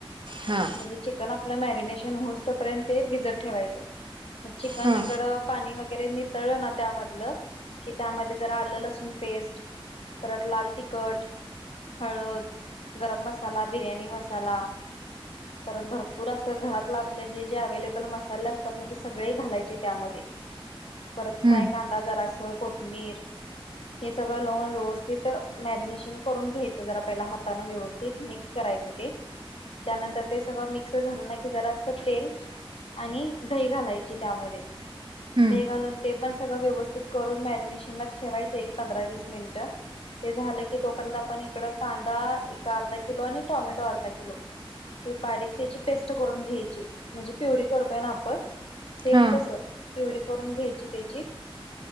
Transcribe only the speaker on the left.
म्हणजे चिकन आपल्या मॅरिनेट शन होऊसतोपर्यंत ते भिजत ठेवायचं. चिकन
इकडं पाणी वगैरे नित तळलना त्यामधला की त्या मध्ये जरा आलं लसूण पेस्ट परत लाल तिखट हळद, गरम मसाला, बिर्याणी मसाला परत भरपूर असं घरातलं आपले जे जे अवेलेबल मसाले असतात ना ते सगळे घालायचे त्यामध्ये परत
फ्राय कांदा जरास कोथमीर हे सगळं लावून व्यवस्थित मॅरिनेशन करून घ्यायचं जरा पहिला हाताने व्यवस्थित मिक्स करायचं ते त्यानंतर ते सगळं मिक्स झालं ना कि जरा अस तेल आणि दही घालायची त्यामध्ये
दही घालून ते पण सगळं व्यवस्थित करून मॅरिनेशन ला ठेवायचं एक पंधरा वीस मिनिटं ते झालं की तोपर्यत आपण इकडं कांदा एक अर्धा किलो आणि टोमॅटो अर्धा किलो ते बारीक त्याची पेस्ट करून घ्यायची म्हणजे प्युरी करतो ना आपण सेम
तस प्युरी करून घ्याय त्याची